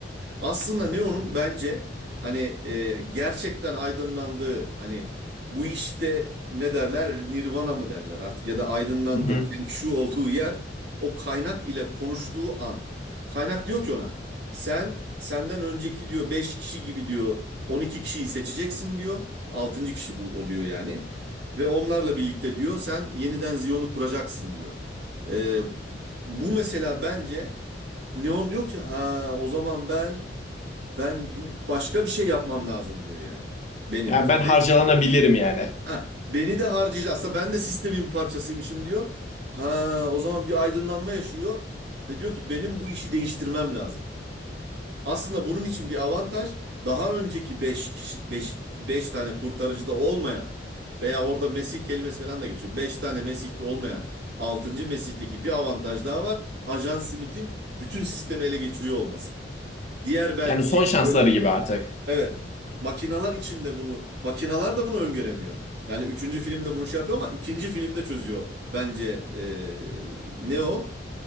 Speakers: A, on the right; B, on the left.
A: Aslında Neo'nun bence hani e, gerçekten aydınlandığı hani bu işte ne derler Nirvana mı derler artık ya da aydınlandığı
B: Hı hı.
A: Feng Shui olduğu yer o kaynak ile konuştuğu an. Kaynak diyor ki ona sen senden önceki diyor 5 kişi gibi diyor 12 kişiyi seçeceksin diyor. altıncı kişi bu oluyor yani. Ve onlarla birlikte diyor sen yeniden Ziyon'u kuracaksın diyor. E, bu mesela bence Neon diyor ki ha o zaman ben ben bu başka bir şey yapmam lazım diyor yani. Benim.
B: Yani ben harcalanabilirim
A: beş kilo.
B: yani.
A: Ha, beni de harcayacak. Aslında ben de sistemin bir parçasıymışım diyor. Ha, o zaman bir aydınlanma yaşıyor ve diyor ki benim bu işi değiştirmem lazım. Aslında bunun için bir avantaj daha önceki 5 kişi beş beş tane kurtarıcıda olmayan veya orada Mesih kelimesi falan da geçiyor. beş tane Mesih'te olmayan altıncı Mesih'teki bir avantaj daha var. Ajan Smith'in bütün sistemi ele geçiriyor olması. Diğer belki
B: Yani son
A: 5'te
B: şansları
A: böyle bir şey
B: gibi artık.
A: Evet. Makinalar içinde bunu, makinalar da bunu öngöremiyor. Yani üçüncü filmde bunu şey yapıyor ama ikinci filmde çözüyor bence eee Neo.